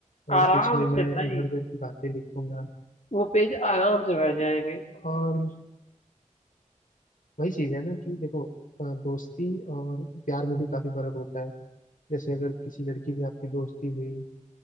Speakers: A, on the left; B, on the left.
A: और
B: आराम
A: कुछ में मैं
B: से भाई
A: इधर उधर की बातें लिखूंगा
B: वो पेज आराम से भर जाएंगे
A: और वही चीज है ना कि देखो अ, दोस्ती और प्यार में भी काफी फर्क होता है जैसे अगर किसी लड़की से आपकी दोस्ती हुई